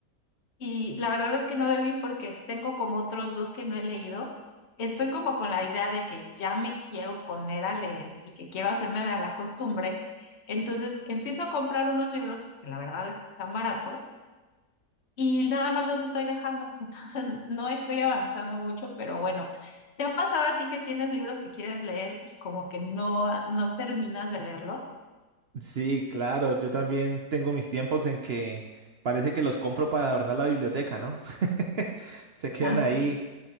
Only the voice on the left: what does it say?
y la verdad es que no debí porque tengo como otros dos que no he leído. Estoy como con la idea de que ya me quiero poner a leer y que quiero hacerme de la costumbre. Entonces empiezo a comprar unos libros que la verdad es que están baratos y nada más los estoy dejando, <laughs> entonces no estoy avanzando mucho, pero bueno, ¿te ha pasado a ti que tienes libros que quieres leer y como que no, no terminas de leerlos?
Ah, sí.